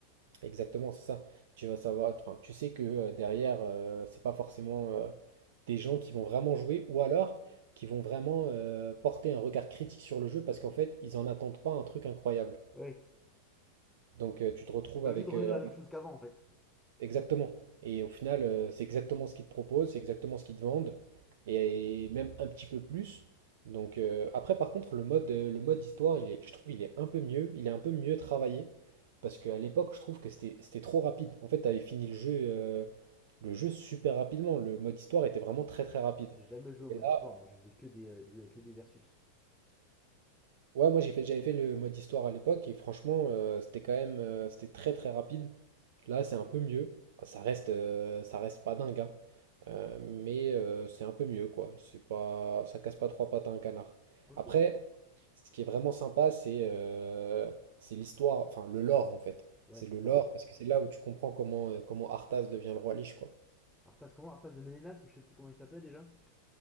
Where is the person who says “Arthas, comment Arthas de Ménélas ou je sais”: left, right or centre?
Centre